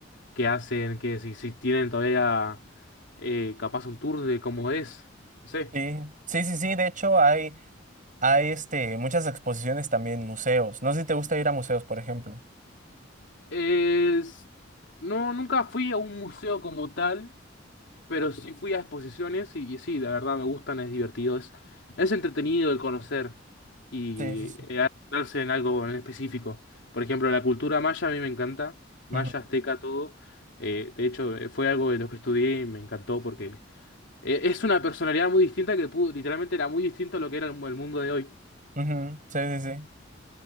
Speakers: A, on the left; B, on the right.
A: qué hacen, que si, si tienen todavía eh, capaz un tour de cómo es. No sé.
B: Sí, sí, sí, sí, de hecho hay, hay este, muchas exposiciones también, museos. No sé si te gusta ir a museos, por ejemplo.
A: Es, no, nunca fui a un museo como tal. Pero sí fui a exposiciones y, y sí, la verdad me gustan, es divertido, es, es entretenido el conocer y
B: Sí, sí, sí.
A: eh, adentrarse en algo en específico. Por ejemplo, la cultura maya a mí me encanta, maya,
B: Ujú,
A: azteca, todo. Eh, de hecho, eh, fue algo de lo que estudié y me encantó porque eh, es una personalidad muy distinta que pudo, literalmente era muy distinto a lo que era el, mu- el mundo de hoy.
B: ujú, Sí, sí, sí.